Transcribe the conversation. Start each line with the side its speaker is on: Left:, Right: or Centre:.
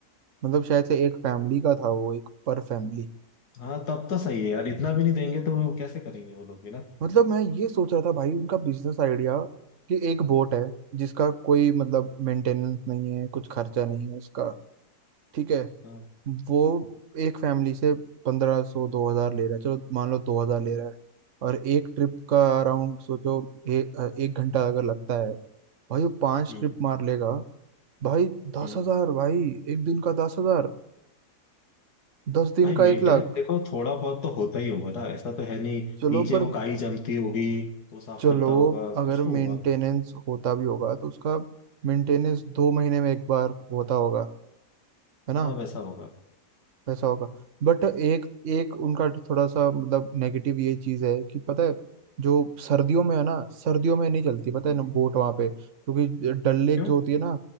Right: मतलब शायद से एक फैमिली का था वो एक पर फैमिली
Left: हाँ तब तो सही है यार इतना भी नहीं देंगे तो वो कैसे करेंगे वो लोग भी ना
Right: मतलब मैं ये सोच रहा था भाई उनका बिजनेस आइडिया कि एक बोट है जिसका कोई मतलब मेंटेनेंस नहीं है कुछ खर्चा नहीं है उसका ठीक है
Left: हाँ
Right: वो एक फैमिली से पंद्रह सौ दो हजार ले रहा है चलो मान लो दो हजार ले रहा है और एक ट्रिप का अराउंड सोचो एक एक घंटा अगर लगता है भाई वो पांच
Left: हम्म
Right: ट्रिप मार लेगा भाई दस
Left: हम्म
Right: हजार भाई एक दिन का दस हजार दस दिन
Left: भाई
Right: का
Left: मेंटेनेंस
Right: एक लाख
Left: देखो थोड़ा बहुत तो होता ही होगा ना ऐसा तो है नहीं
Right: चलो
Left: नीचे
Right: पर
Left: वो काई जमती होगी तो साफ
Right: चलो
Left: करता होगा
Right: अगर
Left: कुछ तो
Right: मेंटेनेंस
Left: होगा
Right: होता भी होगा तो उसका मेंटेनेंस
Left: हम्म
Right: दो महीने में एक बार होता होगा है ना
Left: हाँ वैसा होगा
Right: वैसा होगा बट एक एक उनका थोड़ा सा मतलब नेगेटिव ये चीज है कि पता है जो सर्दियों में है ना सर्दियों में नहीं चलती पता
Left: हम्म
Right: है ना बोट वहाँ पे क्योंकि डल लेक
Left: क्यों
Right: जो होती है ना